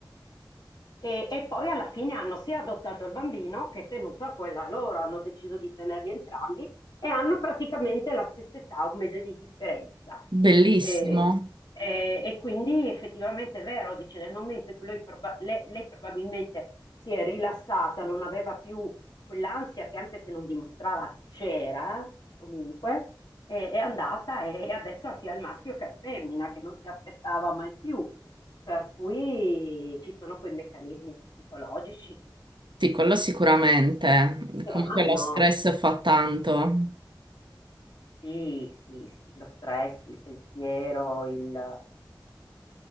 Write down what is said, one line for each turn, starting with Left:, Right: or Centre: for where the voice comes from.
Left: e, e poi alla fine hanno sia adottato il bambino che tenuto a quella loro, hanno deciso di tenerli entrambi e hanno praticamente la stessa età, un mese di differenza.
Right: Bellissimo.
Left: E, e- e quindi effettivamente è vero, dice, nel momento in cui lui proba- le- lei probabilmente si è rilassata, non aveva più quell'ansia che anche se non dimostrava c'era, comunque, è, è andata e adesso ha sia il maschio che la femmina, che non si aspettava mai più. Per cui ci sono quei meccanismi psicologici che,
Right: Sì, quello sicuramente.
Left: che
Right: Comunque
Left: vanno.
Right: lo stress fa tanto.
Left: Sì, sì, sì, lo stress, il pensiero, il-